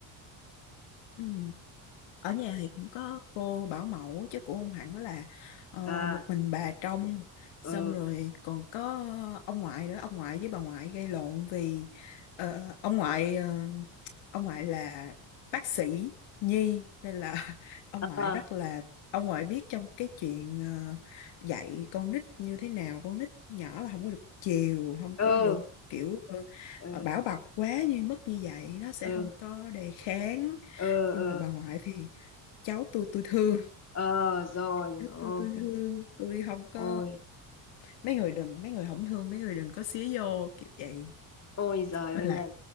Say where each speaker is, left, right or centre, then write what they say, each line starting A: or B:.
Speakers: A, on the left; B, on the left.
A: Ừ. ở nhà thì cũng có cô bảo mẫu chứ cũng không hẳn là ờ,
B: à
A: một mình bà trông xong
B: ừ
A: rồi còn có ông ngoại nữa ông ngoại với bà ngoại gây lộn vì ờ, ông ngoại ờ, ông ngoại là bác sĩ nhi nên là <laughs> ông
B: Ờ,
A: ngoại rất là ông ngoại biết trong cái chuyện ờ, dạy con nít như thế nào con nít nhỏ là không có được chiều không
B: ừ
A: có được kiểu ờ,
B: ừ
A: ờ, bảo bọc quá như mức như vậy nó sẽ
B: ừ
A: không có đề kháng
B: ờ
A: nhưng
B: ờ
A: mà bà ngoại thì cháu tôi tôi thương
B: ờ rồi
A: cháu
B: ok
A: tôi tôi thương tôi không có
B: ôi
A: mấy người đừng mấy người không thương mấy người đừng có xía vô kiểu vậy
B: ôi giời
A: mới
B: ơi
A: là
B: này